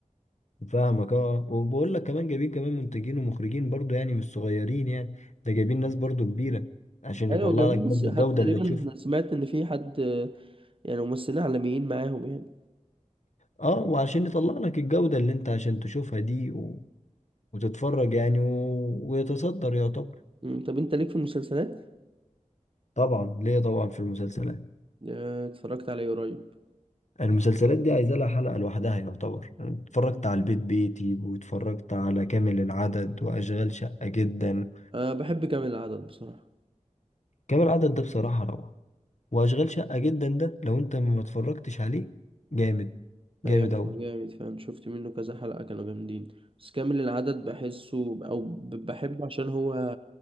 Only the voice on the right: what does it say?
ايوه
جميل
بس حتى
تقريبا
سمعت ان في حد يعني ممثلين عالميين معاهم يعني
أمم، طب انت ليك في المسلسلات
آه، اتفرجت عليه قريب
أه بحب كامل العدد بصراحة
ايوه هو
جامد فاهم شفت منه كذا حلقة كانوا جامدين بس كامل العدد بحسه او ب- بحبه عشان هو